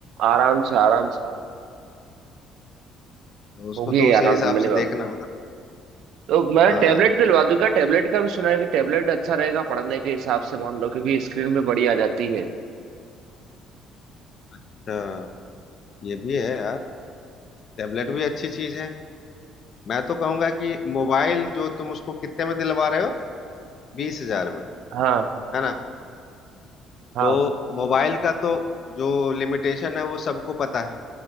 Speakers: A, on the right; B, on the left.
A: आराम से आराम से आराम
B: तो उसको
A: होगी
B: तो उसी
A: आराम
B: हिसाब
A: मिनिमम
B: से देखना
A: तो मैं
B: हाँ
A: टेबलेट दिलवा दूंगा टेबलेट का भी सुना है कि टेबलेट अच्छा रहेगा पढ़ने के हिसाब से मान लो क्योंकि स्क्रीन पे बड़ी आ जाती है
B: अच्छा ये भी है यार टेबलेट भी अच्छी चीज है मैं तो कहूंगा कि मोबाइल जो तुम उसको कितने में दिलवा रहे हो बीस हजार में
A: हाँ
B: है ना
A: हाँ
B: तो मोबाइल का तो जो लिमिटेशन है वो सबको पता है